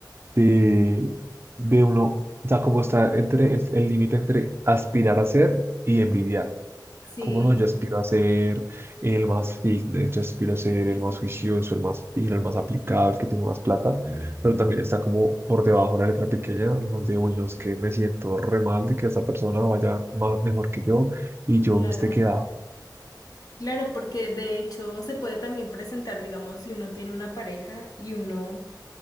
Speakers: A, on the right; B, on the left.
A: de, de uno, o sea, como está entre el el límite entre aspirar a ser y envidiar.
B: Sí,
A: Como no, yo aspiro a ser el más fit, de hecho aspiro a ser el más juicioso, el más fino, el más aplicado, el que tiene más plata, pero también está como por debajo la letra pequeña, donde uy, los que me siento re mal de que esa persona vaya ma- mejor que yo y yo
B: claro.
A: me esté quedado.
B: Claro, porque de hecho se puede también presentar, digamos, si uno tiene una pareja y uno